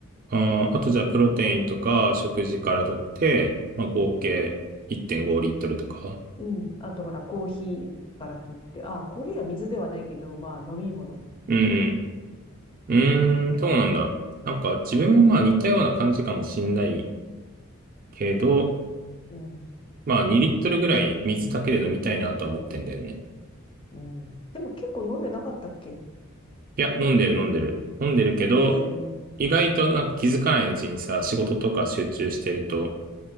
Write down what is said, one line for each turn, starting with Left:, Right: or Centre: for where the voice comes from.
Right: あー、あとじゃあ、プロテインとか食事から取って、まあ、合計1.5リットルとか。
Left: う。うん。あと、ほら、コーヒーから取って、あ、コーヒーは水ではないけど、まあ、飲み物。
Right: うんうん。
Left: うん、
Right: うーん、そうなんだ。なんか自分もまあ似たような感じかもしんないけど、
Left: うん、
Right: まあ、2リットルぐらい水だけで飲みたいなとは思ってんだよね。
Left: うん。でも結構飲んでなかったっけ
Right: いや、飲んでる飲んでる。飲んでるけど、
Left: だよね。
Right: 意外となんか気づかないうちにさ、仕事とか集中してると、